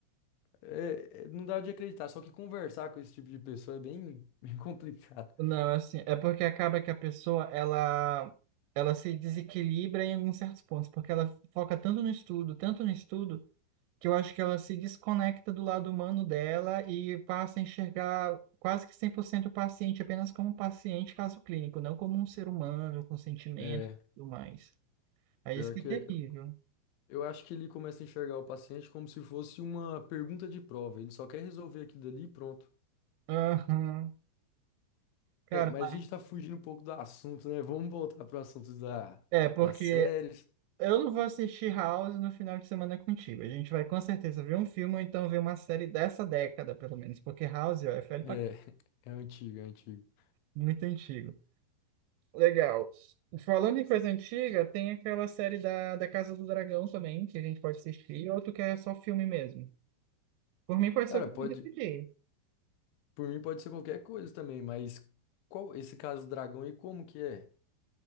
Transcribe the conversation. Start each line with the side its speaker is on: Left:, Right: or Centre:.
Left: É, é, não dá de acreditar, só que conversar com esse tipo de pessoa é bem, <laughs> bem complicado.
Right: Não, é assim, é porque acaba que a pessoa, ela, ela se desequilibra em alguns certos pontos, porque ela foca tanto no estudo, tanto no estudo, que eu acho que ela se desconecta do lado humano dela e passa a enxergar quase que 100% o paciente apenas como um paciente, caso clínico, não como um ser humano com sentimentos
Left: É,
Right: e tudo mais. Aí
Left: pior
Right: isso que
Left: que
Right: é
Left: eu
Right: terrível.
Left: eu acho que ele começa a enxergar o paciente como se fosse uma pergunta de prova. Ele só quer resolver aquilo dali e pronto.
Right: Aham. Cara,
Left: É, mas
Right: mas-
Left: a gente tá fugindo um pouco do assunto, né? Vamos voltar pro assunto da,
Right: é porque
Left: das séries.
Right: eu não vou assistir House no final de semana contigo. A gente vai com certeza ver um filme ou então ver uma série dessa década, pelo menos, porque House ó, é velho
Left: É, <laughs>
Right: pra... c-
Left: é antigo, é antigo.
Right: muito antigo. Legal. Falando em coisa antiga, tem aquela série da, da Casa do Dragão também, que a gente pode assistir, ou tu quer só filme mesmo? Por mim, pode
Left: Cara,
Right: ser o que tu
Left: pode,
Right: decidir.
Left: por mim pode ser qualquer coisa também, mas qual esse caso dragão e como que é?